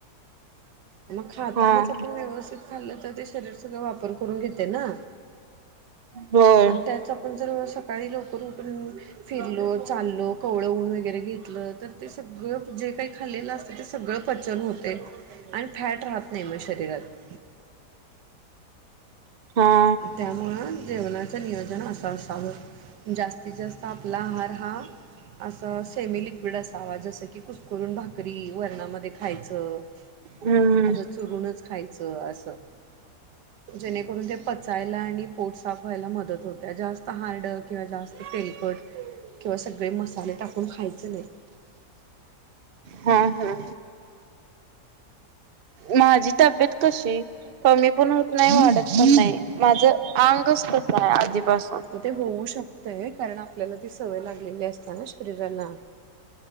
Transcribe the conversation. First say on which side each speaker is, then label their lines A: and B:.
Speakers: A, on the right (about 85°); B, on the right (about 45°).
A: मग खातानाच
B: हां
A: आपण व्यवस्थित खाल्लं तर ते शरीर सगळं वापर करून घेते ना?
B: होय
A: आणि त्याच आपण जर सकाळी लवकर उठून फिरलो चाललो कवळं ऊन वगैरे घेतलं तर ते सगळं जे काही खाल्लेलं अस तिथ सगळं पचन होतय आणि फॅट राहत नाही म शरीरात
B: हा
A: त्यामुळं जेवणाचं नियोजन असं असावं जास्तीत जास्त आपला आहार हा असं सेमी लिक्विड असावा जस कि की कुसकरून भाकरी वर्णामध्ये खायचं.
B: हम्म
A: असं चुरूनच खायचं असं जेणेकरून ते पचायला आणि पोट साफ व्हायला मदत होत जास्त हार्ड किंवा जास्त तेलकट किंवा सगळे मसाले टाकून खायच नाही
B: हा हा माझी तब्येत कशी कमी पण होत नाही वाढत पण नाही माझ अंगच तस आहे आधीपासून
A: म ते होऊ शकतय कारण आपल्याला ती सवय लागलेली असताना शरीराला